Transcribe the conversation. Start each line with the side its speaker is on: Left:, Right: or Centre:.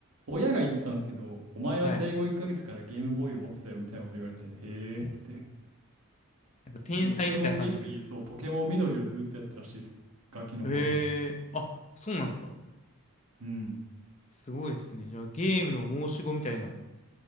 Right: 親が言ってたんですけど、お前は生後1ヶ月からゲームボーイを持ってたよみたいなこと言われて、
Left: はい。
Right: へえって
Left: <laughs> なんか天才みたいな感じですね。
Right: でポケモン緑、そう、ポケモン緑をずっとやってたらしいです。ガキの頃から。
Left: へえ、あ、そうなんですか。
Right: うん。
Left: すごいですね。じゃあゲームの申し子みたいな。